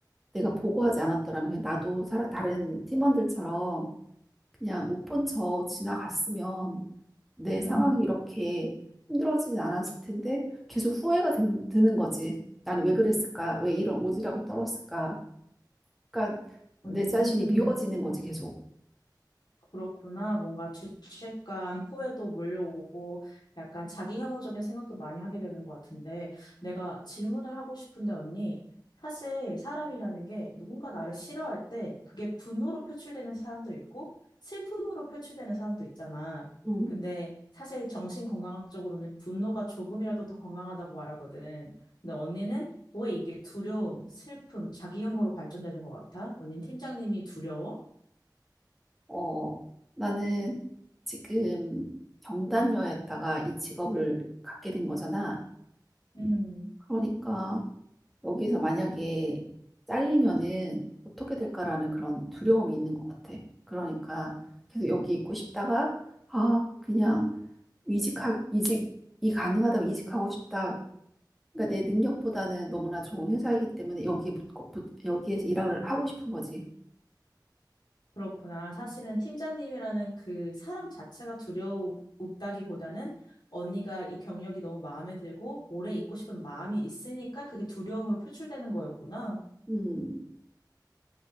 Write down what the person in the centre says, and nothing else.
내가 보고하지 않았더라면 그냥 나도 살아, 다른 팀원들처럼 그냥 못 본 척 지나갔으면 내
상황이 음. 이렇게 힘들어지진 않았을 텐데 계속 후회가 된- 드는 거지. 나는 왜 그랬을까? 왜 이런 오지랖을 떨었을까? 그러니까
내 자신이
미워지는 거지, 계속.
음.
어, 나는 지금 경단녀였다가 이 직업을 갖게 된 거잖아.
그러니까 여기서 만약에 잘리면은 어떻게 될까라는 그런 두려움이 있는 것 같아. 그러니까 계속 여기 있고 싶다가 아 그냥 이직하 이직이 가능하다면 이직하고 싶다. 그러니까 내 능력보다는 너무나 좋은 회사이기 때문에 여기 붙고 붙- 여기에서 일을 하고 싶은 거지.
음